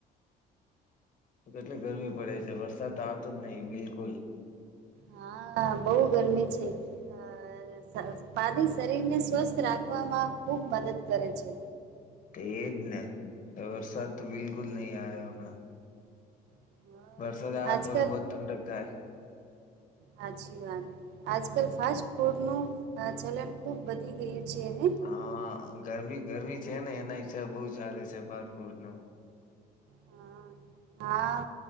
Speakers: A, on the left (about 50°); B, on the right (about 80°).
A: કેટલી ગરમી પડે છે. વરસાદ તો આવતો જ નહી બિલકુલ.
B: હા બહુ ગરમી છે. અ સ પાની શરીરને સ્વસ્થ રાખવામાં ખૂબ મદદ કરે છે.
A: તો એજ ને વરસાદ તો બિલકુલ નહી આયો હમણાં.
B: હા,
A: વરસાદ આવે
B: આજકાલ
A: થોડું બોહત ઠંડક થાય.
B: હાછી વાત. આજકાલ ફાસ્ટ ફૂડનું અ ચલન ખૂબ વધી ગયું છે ને?
A: હા ગરમી ગરમી છેને એના હિસાબે બહુ ચાલે છે ફાસફુડનું.
B: હા હા